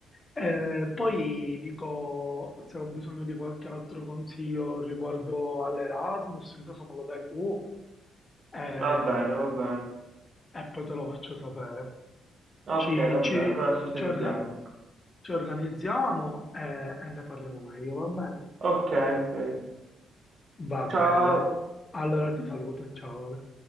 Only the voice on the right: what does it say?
Va bene, va bene.
Ok,
va
bene, allora ci sentiamo.
Ok, ok.
Ciao.